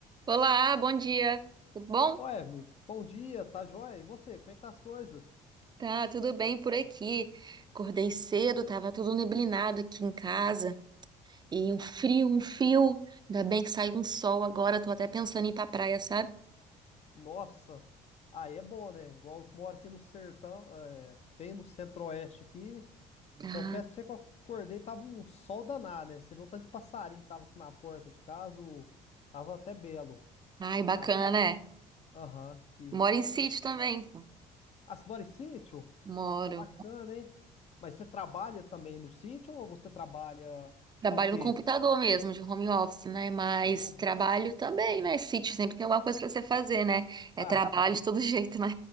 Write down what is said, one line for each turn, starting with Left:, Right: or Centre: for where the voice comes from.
Right: Olá, bom dia. Tudo bom?
Left: Ô, Evelyn, bom dia, tá joia? E você, como é que tá as coisas?
Right: Tá, tudo bem por aqui. Acordei cedo, tava tudo neblinado aqui em casa. E um frio, um frio. Ainda bem que saiu um sol agora, tô até pensando em ir pra praia, sabe?
Left: Nossa, aí é bom, né? Igual eu que moro aqui no sertão, é, bem no centro-oeste aqui.
Right: Ah,
Left: Confesso pra você que eu acordei, tava um sol danado, né? Você viu o tanto de passarinho que tava aqui na porta de casa, o- tava até belo.
Right: ai, bacana,
Left: Aqui tem...
Right: né?
Left: Aham, aqui.
Right: Moro em sítio também, pô.
Left: Ah, você mora em sítio?
Right: Moro.
Left: Bacana, hein? Mas você trabalha também no sítio ou você trabalha
Right: Trabalho
Left: com o quê?
Right: no computador mesmo, de home office, né? Mas
Left: Ô,
Right: trabalho também, né? Sítio sempre tem alguma coisa pra você fazer, né? É
Left: Ah,
Right: trabalho de todo <laughs> jeito, né?